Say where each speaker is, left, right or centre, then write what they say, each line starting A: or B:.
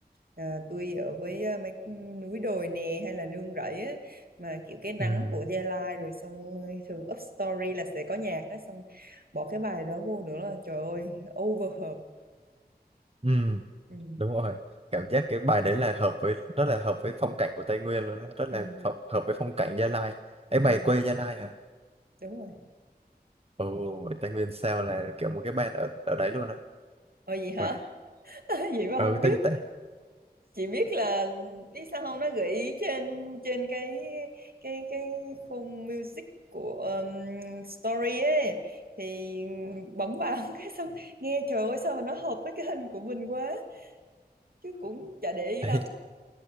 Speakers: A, on the right; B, on the right.
A: à, tôi ở với à, mấy núi đồi nè hay là nương rẫy á mà kiểu cái nắng
B: ừm,
A: của Gia Lai rồi xong thường up story là sẽ có nhạc á xong bỏ cái bài đó vô nữa là trời ơi over hợp.
B: ừm,
A: Ừ,
B: đúng rồi cảm giác cái bài đấy là hợp với rất là hợp với phong cảnh của Tây Nguyên luôn đó. rất là
A: ừ,
B: hợp, hợp với phong cảnh Gia Lai ấy mày
A: ừ,
B: quê Gia Lai hả
A: đúng rồi.
B: ồ Tây Nguyên sao là kiểu một cái band ở ở đấy luôn á
A: Ờ gì hả?
B: wow.
A: <laughs> Vậy mà
B: ừ
A: không biết.
B: Tây Tây
A: chị biết là biết sao không nó gợi ý trên trên cái cái cái khung music của um, story ấy thì bấm vào <laughs> cái xong nghe trời ơi sao mà nó hợp với cái hình của mình quá chứ cũng chả để ý
B: <laughs>
A: lắm